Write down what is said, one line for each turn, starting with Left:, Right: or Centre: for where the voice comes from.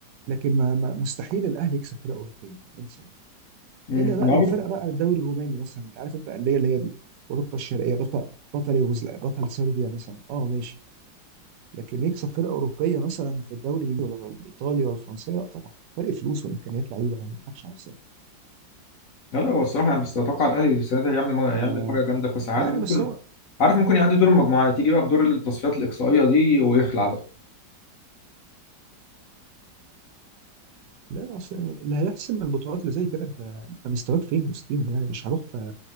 Right: لكن ما ما- مستحيل الاهلي يكسب فرقه اوروبيه يعني انسى يعني
Left: مم.
Right: الا بقى
Left: معروف
Right: لو فرقه بقى الدوري الروماني مثلا انت عارف انت الانديه اللي هي دي اوروبا الشرقيه بطل بطل يوغوسلافيا بطل صربيا مثلا اه ماشي لكن يكسب فرقه اوروبيه مثلا في الدوري الانجليزي ولا الايطالي ولا الفرنسي لا طبعا فرق فلوس وامكانيات لعيبه يعني ما نضحكش على نفسنا
Left: لا لا هو الصراحه انا بس اتوقع الاهلي السنه دي هيعمل هيعمل
Right: ف
Left: حاجه جامده كاس عالم
Right: يعني
Left: ممكن
Right: بس هو
Left: عارف ممكن يعدي دور المجموعات يجي بقى في دور التصفيات الاقصائيه دي ويخلع بقى
Right: لا لا، اصل اللي هيحسم البطولات اللي زي كده انت انت مستواك فين وسطيهم يعني مش هروح في